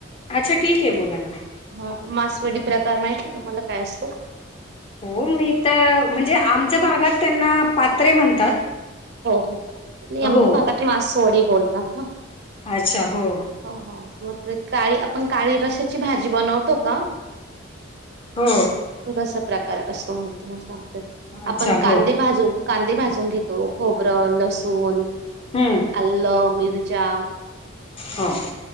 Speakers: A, on the left; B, on the right.
A: अच्छा ठीक आहे बोला ना
B: हा मासवडी प्रकार माहित तुम्हाला काय असतं?
A: हो मी त म्हणजे आमच्या भागात त्यांना पात्रे म्हणतात.
B: हो नाही आमच्या
A: हो
B: भागात मासोडी बोलतात न
A: अच्छा हो
B: हो हो म तर काळी आपण काळी रसाची भाजी बनवतो का
A: हो
B: तसा प्र कार असं म्हणजे तुम्हाला सांगतोय
A: अच्छा
B: आपण कांदे
A: हो
B: भाजू कांदे भाजून घेतो गबर, लसूण,
A: हम्म
B: आल, मिरच्या
A: हो